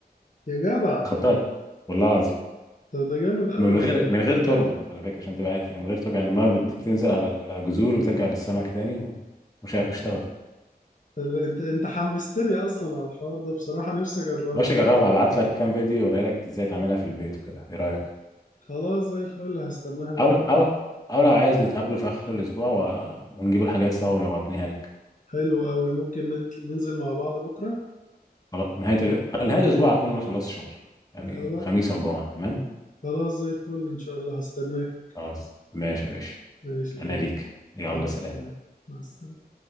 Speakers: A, on the left (about 50°); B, on the left (about 20°).
A: يا جدع
B: خضرت والله العظيم
A: طب ده جامد قوي
B: من
A: والله
B: غير
A: الموضوع
B: من غير تربة
A: ده
B: خلي بالك عشان تبقى عارف يعني من غير تربة يعني ما بت- بتنزل على الجذور وترجع للسمك تاني و- وشا- واشتغل
A: ال- انت انت حمستني اصلا على الحوار ده بصراحة نفسي اجربه
B: ماشي جربها ابعت لك كام فيديو اوري لك ازاي تعملها في البيت وكده ايه رأيك
A: خلاص زي الفل هستناها منك
B: او او او لو عايز نتقابله في اخر الاسبوع و... ونجيب الحاجات سوا وابنيها لك
A: حلو قوي ممكن نت- ننزل مع بعض بكرة
B: خلاص نهاية ال... نهاية الأسبوع هكون أنا خلصت شغل يعني
A: خلاص
B: خميس أو جمعة تمام
A: خلاص زي الفل إن شاء الله هستناك
B: خلاص ماشي يا باشا
A: ماشي يا
B: أنا
A: كبير.
B: ليك يلا
A: مع السلامة
B: سلام
A: مع السلامة